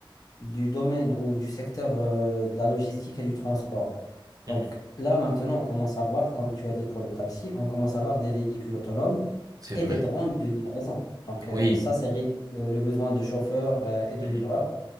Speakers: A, on the left; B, on the right.
A: du domaine ou du secteur euh, de la logistique et du transport, donc
B: mhm, mhm.
A: là maintenant, on commence à voir, comme tu as dit pour le taxi, on commence à voir des véhicules autonomes
B: C'est
A: et
B: vrai.
A: des drones de livraison. Donc
B: Oui.
A: euh, ça, c'est réduit euh, le besoin de chauffeurs euh, et de
B: Mhm,
A: livreurs.